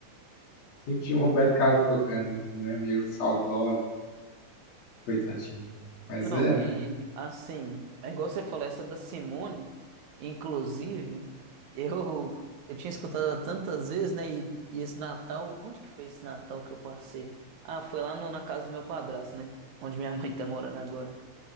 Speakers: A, on the left; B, on the right.
A: sempre tinha um Roberto Carlos tocando, assim, né? Meio saudoso, coitadinho. Mas
B: Não,
A: é,
B: e
A: né?
B: assim, é igual você falou, essa da Simone, inclusive, eu, eu tinha escutado ela tantas vezes, né? E, e esse Natal, onde que foi esse Natal que eu passei? Ah, foi lá no- na casa do meu padrasto, né? Onde minha mãe tá morando agora.